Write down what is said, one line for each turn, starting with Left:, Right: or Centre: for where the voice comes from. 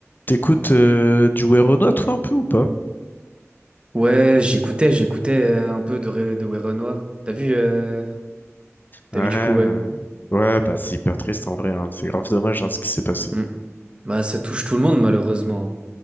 Left: T'écoutes euh, du Werenoi, toi, un peu ou pas?
Right: Ouais, j'écoutais, j'écoutais euh, un peu de, Re- de Werenoi. T'as vu, euh, t'as
Left: Ouais,
Right: vu du
Left: euh,
Right: coup, ouais.
Left: ouais, bah c'est hyper triste en vrai, hein. C'est grave dommage hein, ce qui s'est passé.
Right: Mm. Bah, ça touche tout le monde, malheureusement.